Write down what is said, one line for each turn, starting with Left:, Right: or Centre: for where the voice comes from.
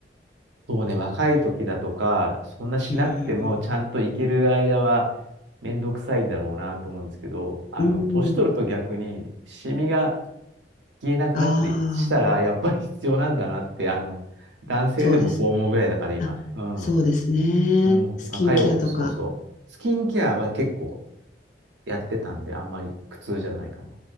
Right: そうね、若い時だとか、そんなしなくてもちゃんと行ける間はめんどくさいんだろうなと思うんですけど、
Left: うん。
Right: あの、
Left: うん。
Right: 年取ると逆にシミが消えなくなったりしたらやっぱり必要なんだなって、
Left: ああ、
Right: あの、男性でもそう思うぐらいだから今。
Left: そうですね。あ、
Right: うん。
Left: そうですね。
Right: うん、
Left: スキンケアとか。
Right: 若いお、そうそう。スキンケアは結構やってたんで、あんまり苦痛じゃないかな。